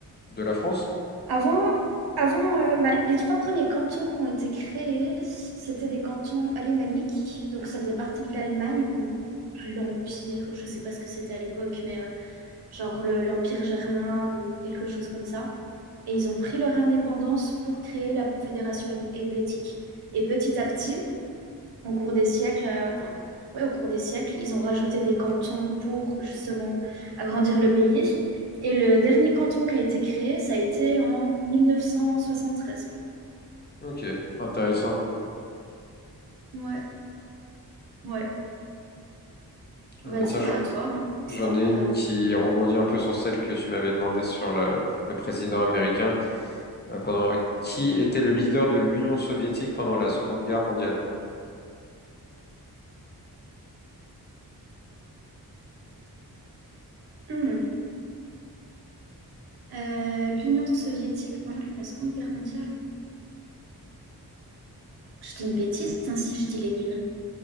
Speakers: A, on the left (about 30°); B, on the right (about 80°).
A: de la France?
B: Avant, avant euh, bah, les trois premiers cantons qui ont été créés, c'était des cantons alémaniques, donc ça faisait partie de l'Allemagne ou de l'Empire, je ne sais pas ce que c'était à l'époque, mais euh, genre le- l'Empire germain ou quelque chose comme ça. Et ils ont pris leur indépendance pour créer la Confédération hel- helvétique. Et petit à petit, Au cours des siècles, euh, enfin, ouais, au cours des siècles, ils ont rajouté des cantons pour justement agrandir le pays. Et le dernier canton qui a été créé, ça a été en 1973.
A: Ok, intéressant.
B: Ouais, ouais. Vas-y,
A: Ah bah tiens, je-
B: bah à toi, hein.
A: j'en
B: C'était encore.
A: ai une
B: euh,
A: qui rebondit un peu sur celle que tu m'avais demandé sur le, le président américain. Euh, pendant... Qui était le leader de l'Union soviétique pendant la Seconde Guerre mondiale?
B: hmm. Euh, l'Union soviétique pendant la Seconde Guerre mondiale. Je dis une bêtise, hein, si je dis Lénine.